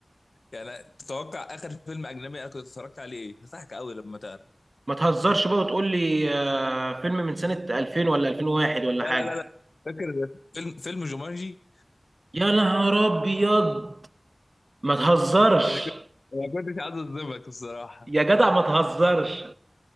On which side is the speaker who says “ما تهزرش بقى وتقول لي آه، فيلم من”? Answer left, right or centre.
Right